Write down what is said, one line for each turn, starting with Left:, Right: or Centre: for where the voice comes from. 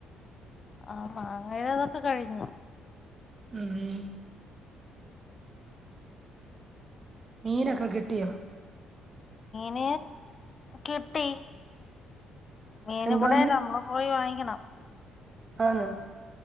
Left: ആഹ് <unintelligible> ഒക്കെ കഴിഞ്ഞു
Right: ഉമ് മീനൊക്കെ കിട്ടിയോ
Left: മീൻ കിട്ടി മീൻ
Right: എന്താ
Left: ഇവിടെ <unintelligible> നമ്മള് പോയി വാങ്ങിക്കണം
Right: ആന്ന